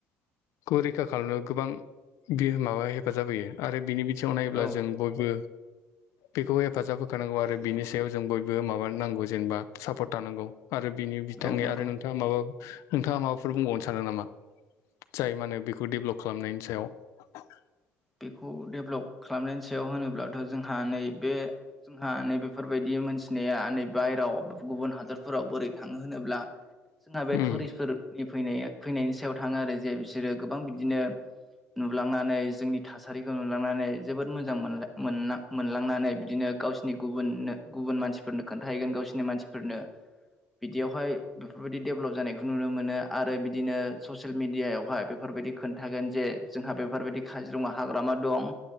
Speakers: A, on the left; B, in the centre.
A: खौ रैखा खालामनायाव गोबां बियो माबा हेफाजाब होयो आरो बिनि बिथिंङाव नायोब्ला
B: औ
A: जों बयबो बेखौ हेफाजाब होखानांगौ आरो बिनि सायाव जों बयबो माबानो नांगौ जेनेबा सापर्ट थानांगौ आरो बिनि बिथांनि
B: औ नंगौ
A: आरो नोंथांङा माबा नोंथांङा माबाफोर बुंबावनो सानो नामा? जाय मा होनो बेखौ डेभेलप खालामनायनि सायाव
B: बेखौ डेभलप खालामनानै सायाव होनोब्लाथ' जोंहा नैबे जोंहा नै बेफोरबायदि मोनथिनाया नै बायेरायाव गुबुन हादरफोराव बोरै थांङो होनोब्ला जोंहा बे
A: उम
B: टुरिसफोर नि फैनाय फैनायनि सायाव थांङो आरो जे बिसोरो गोबां बिदिनो नुलांनानै जोंनि थासारिखौ नुलांनानै जोबोद मोजां मोना मोना मोनलांनानै बिदिनो गावसिनि गुबुननो गुबुन मानसिफोरनो खोन्थाहैगोन गावसिनि मानसिफोरनो बिदियावहाय बेफोरबायदि दडेभेलप जानायखौ नुनो मोनो आरो बिदिनो ससियेल मेडियायावहाय बेफोरबायदि खोन्थागोन जे जोंहा बेफोरबायदि खा काजिरङा हाग्रामा दं